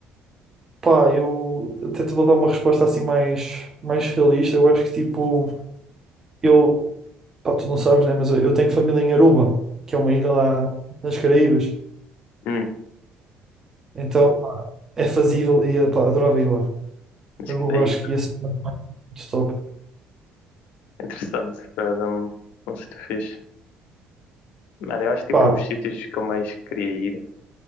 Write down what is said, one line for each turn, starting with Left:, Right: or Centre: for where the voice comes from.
Right: Pá, eu até te vou dar uma resposta assim mais, mais realista. Eu acho que tipo, eu, pá, tu não sabes, né? Mas eu, eu tenho família em Aruba, que é uma ilha lá nas Caraíbas.
Left: Hum,
Right: Então é fazível e pá, adorava ir lá.
Left: acho
Right: Aruba
Left: que daí,
Right: acho que ia ser muito top.
Left: interessante, para dar um, um sítio fixe. Mano, eu acho que
Right: Pá,
Left: tipo os sítios que eu mais queria ir.